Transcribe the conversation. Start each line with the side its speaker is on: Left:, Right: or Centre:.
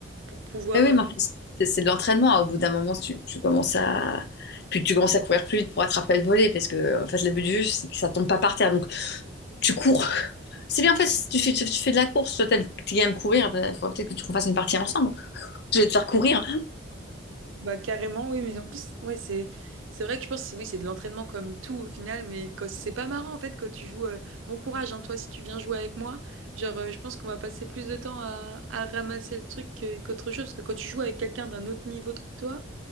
Right: pour pouvoir.
Left: Mais oui, mais en plus, c'est c'est de l'entraînement. hein. Au bout d'un moment, tu, tu commences à... Puis tu commences à courir plus vite pour attraper le volet parce que en fait le but du jeu c'est que ça tombe pas par terre donc tu cours. C'est bien en fait si tu fais tu, tu fais de la course toi t'aimes tu courir bah, il faudrait peut-être que tu qu'on fasse une partie ensemble. Je vais te faire courir
Right: Bah carrément, oui, mais en plus, ouais, c'est c'est vrai que je pense, c'est- oui, c'est de l'entraînement comme tout au final, mais quand- c'est pas marrant en fait quand tu joues. euh, Bon courage, hein, toi, si tu viens jouer avec moi, genre, euh, je pense qu'on va passer plus de temps à, à ramasser le truc que- qu'autre chose, parce que quand tu joues avec quelqu'un d'un autre niveau que toi,